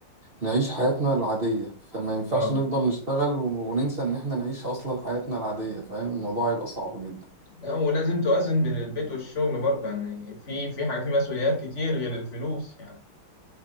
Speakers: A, on the right (about 35°); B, on the left (about 35°).
A: نعيش حياتنا العادية فما ينفعش
B: اه
A: نفضل نشتغل ون- وننسى ان احنا نعيش اصلا حياتنا العادية فاهم الموضوع هيبقى صعب جدا
B: لا ولازم توازن بين البيت والشغل برضه يعني في في حاجه في مسؤوليات كتير غير الفلوس يعني